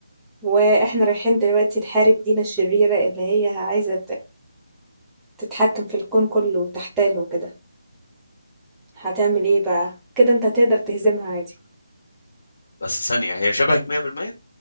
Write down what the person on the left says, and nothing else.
بس ثانيه هي شبهك 100%